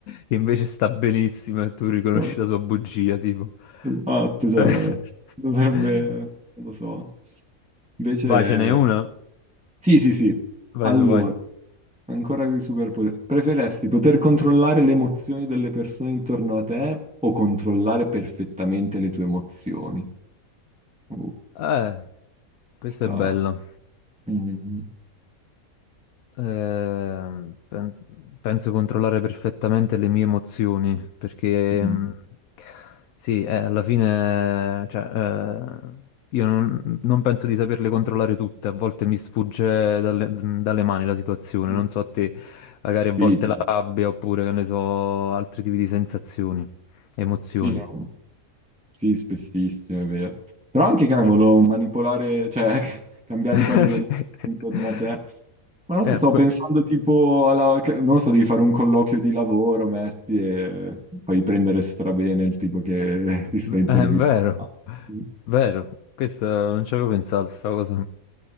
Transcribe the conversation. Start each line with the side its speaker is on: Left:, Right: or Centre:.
Left: invece sta benissimo e tu riconosci
Centre: Eh,
Left: la sua bugia, tipo.
Centre: Esatto, cioè,
Left: <laughs>
Centre: dovrebbe, non lo so. Invece...
Left: Vai, ce n'è una?
Centre: Sì, sì, sì.
Left: Vai
Centre: Allora,
Left: tu, vai.
Centre: ancora i superpoteri. Preferesti poter controllare le emozioni delle persone intorno a te o controllare perfettamente le tue emozioni? Oh,
Left: Eh, questa
Centre: sta...
Left: è bella.
Centre: Mm,
Left: Eh, pens- penso controllare perfettamente le mie emozioni perché
Centre: mm.
Left: mh, sì, eh, alla fine, cioè, eh, io non, non penso di saperle controllare tutte, a volte mi sfugge dalle, dalle mani la situazione,
Centre: mm.
Left: non so a te, magari a volte
Centre: Sì,
Left: la
Centre: sì,
Left: rabbia oppure che ne so, altri tipi di sensazioni, emozioni.
Centre: sì, sì, no. Sì, spessissimo, è vero. Però anche, cavolo, manipolare, cioè, <laughs> cambiare
Left: <laughs>
Centre: quello del- intorno a te. Ma non
Left: Eh,
Centre: so, stavo
Left: que-
Centre: pensando tipo alla... che- Non lo so, devi fare un colloquio di lavoro, metti, e fai prendere strabene il tipo che <laughs> ti sta intervistando.
Left: È vero,
Centre: Mm.
Left: vero, questo non ci avevo pensato, sta cosa.